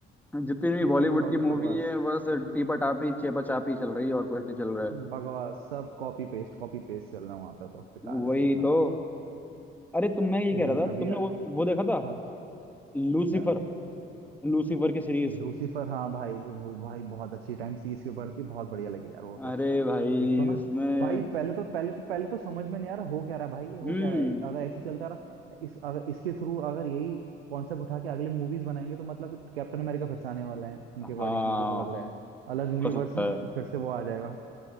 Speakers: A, in the centre; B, on the right (about 80°).
A: जितनी भी बॉलीवुड
B: अरे बॉलीवुड
A: की मूवी
B: बकवास
A: है बस टीपा टापी चेपा चापी चल रही है और कुछ नहीं चल रहा है
B: बकवास सब कॉपी पेस्ट कॉपी पेस्ट चल रहा है वहां पे तो बेकार
A: वही
B: है देखना
A: तो
B: वो
A: अरे तुम मैं ये
B: हम्म,
A: कह रहा था
B: अभी
A: तुमने
B: आ-
A: वो वो देखा था
B: हाँ
A: लूसीफर
B: क्या
A: लूसीफर की सीरीज
B: लूसीफर हाँ भाई वो भाई बहुत अच्छी टाइम सीरीज के ऊपर थी बहुत बढ़िया लगी यार वो तो
A: अरे भाई
B: एक तो ना
A: उसमें
B: भाई पहले तो पहले तो पहले तो समझ में नहीं आ रहा हो क्या रहा है भाई ये हो
A: हम्म
B: क्या रहा है अगर ऐसे ही चलता रहा इस अगर इसके थ्रू अगर यही कॉन्सेप्ट उठा के अगली मूवीज बनाएंगे तो मतलब कैप्टन अमेरिका फिर से आने वाला है इनके
A: हाँ
B: अकॉर्डिंग मुझे तो लग रहा है अलग यूनिवर्स
A: हो सकता
B: में
A: है
B: फिर से वो आ जाएगा